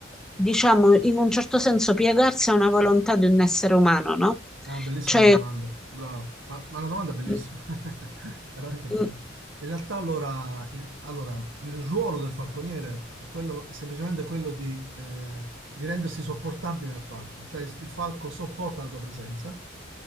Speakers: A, in the centre; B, on the right (about 70°).
A: diciamo, in un certo senso piegarsi a una volontà di un essere umano, no?
B: È una bellissima
A: Cioè,
B: domanda, bravo, ma, ma è una domanda bellissima,
A: mm,
B: <laughs> veramente bella.
A: mm,
B: In realtà allora il, allora, il ruolo del falconiere è, quello, è semplicemente quello di, eh, di rendersi sopportabile al falco, cioè il, il falco sopporta la tua presenza